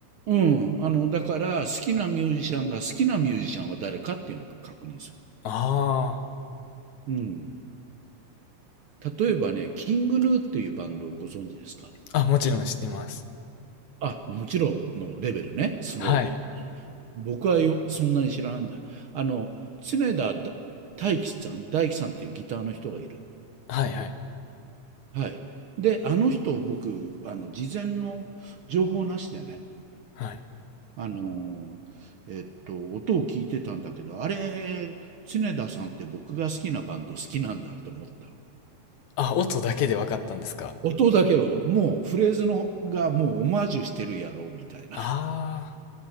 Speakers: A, on the right; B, on the left.
A: うん、あの、だから、好きなミュージシャンが好きなミュージシャンは誰かっていうのを確認す
B: ああ。
A: る。うん。例えばね、キングヌーっていうバンドをご存知ですか
B: あ、もちろん知ってます。
A: あ、もちろんのレベルね。すごいね。
B: はい。
A: 僕はよ、そんなに知らないんだ。あの、常田大大樹さん、大樹さんっていうギターの人がいる。
B: はいはい。
A: はい。で、あの人、僕、あの、事前の情報なしでね、
B: はい。
A: あのえっと、音を聞いてたんだけど、あれ、常田さんって僕が好きなバンド好きなんだって思った。
B: あ、音だけで分かったんですか。
A: 音だけを、もうフレーズのがもうオマージュしてるやろうみたいな。
B: あ